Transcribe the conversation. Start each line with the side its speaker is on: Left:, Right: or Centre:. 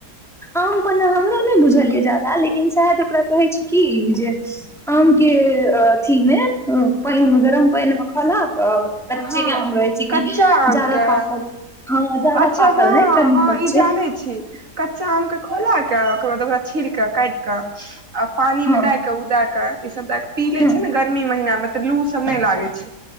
Centre: आम पन्ना हमरो नहि बुझल ये ज्यादा लेकिन शायद ओकरा कहै छै की जे आम केँ अथी मे ओ पइन मे गरम पइन मे खौला कऽ कच्चे
Right: हँ
Centre: केँ आम रहै छै कि
Right: कच्चा आम
Centre: जादा
Right: के
Centre: पाकल हँ जादा
Right: अच्छा
Centre: पाकल
Right: हँ
Centre: नय कनि
Right: हँ
Centre: कच्चे
Right: ई जानै छी कच्चा आम कऽ खौला कऽ ओकर बाद ओकरा छील कऽ काइट कऽ आ पानि
Centre: हँ
Right: मे दै कऽ उ दै कऽ ईसभ दै कऽ पी लै
Centre: हँ
Right: छै नऽ गर्मी महीना मे तऽ लू सब नय लागै छै